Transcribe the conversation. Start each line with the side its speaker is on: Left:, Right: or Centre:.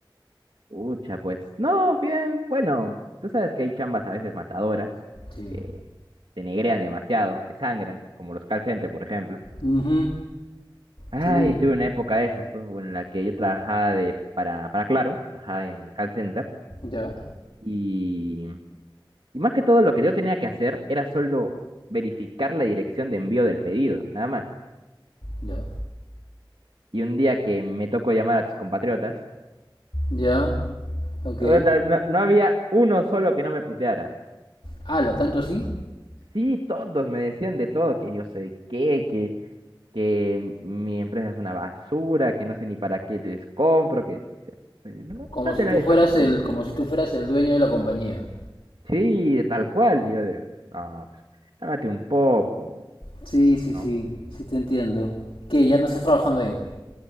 Right: Ucha, pues. No, bien. Bueno, tú sabes que hay chambas a veces matadoras
Left: Sí.
Right: que te negrean demasiado, te sangran, como los call centers, por ejemplo.
Left: Ujú,
Right: Ay,
Left: Sí.
Right: tuve una época de esas, pues, en la que yo trabajaba de, para, para Claro, trabajaba en call center.
Left: Ya,
Right: Y, y más que todo, lo que yo tenía que hacer era solo verificar la dirección de envío del pedido, nada más.
Left: ya,
Right: Y un día que me tocó llamar a tus compatriotas,
Left: ya. Ok.
Right: Puta, No, no había uno solo que no me puteara.
Left: Ala, ¿tanto así?
Right: Sí, todos me decían de todo, que yo sé qué, que, que mi empresa es una basura, que no sé ni para qué les compro, que yo, pero no, no-
Left: Como
Right: no
Left: si
Right: te
Left: tú
Right: la desfajes
Left: fueras
Right: conmigo.
Left: el, como si tú fueras el dueño de la compañía.
Right: Sí, tal cual, yo de, no, pues, cálmate un poco,
Left: Sí, sí, sí,
Right: ¿no?
Left: sí te entiendo. ¿Qué? ¿Ya no estás trabajando ahí?